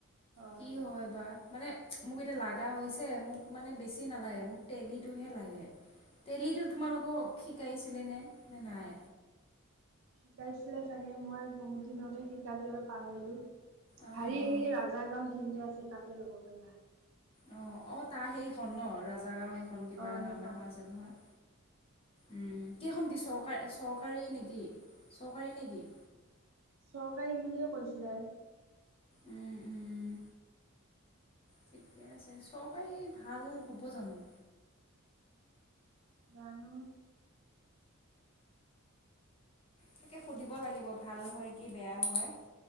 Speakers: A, on the right; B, on the left.
A: অ'।
B: কি হয় বা? মানে মোক এতিয়া লাগা হৈছে মোক মানে বেছি নালাগে মোক তেলিটোহে লাগে। তেলিটো
A: অ',
B: তোমালোকক শিকাইছিলেনে নে নাই?
A: শিকাইছিলে চাগে মই বহুত দিনতে শিকাই যি অলপ পাহৰিলো।
B: অঁ
A: হেৰি
B: অঁ
A: এই ৰাজা গাও সেইখিনিতে আছে তাতে ল'ব পাৰিবা।
B: অ, অ, তাৰ সেইখন ন ৰাজা গাঁও সেইখন কিবা
A: অ', সেইখন।
B: নাম এখন আছিল নহয়। উম, সেইখন কি চৰকাৰ চৰকাৰী নেকি, চৰকাৰী নেকি?
A: চৰকাৰী বুলিয়ে কৈছিলে?
B: উম, উম, ঠিকে আছে। চৰকাৰী ভাল হ'ব জানো?
A: জানো?
B: তাকে, সুধিব লাগিব? ভাল হয় কি বেয়া হয়?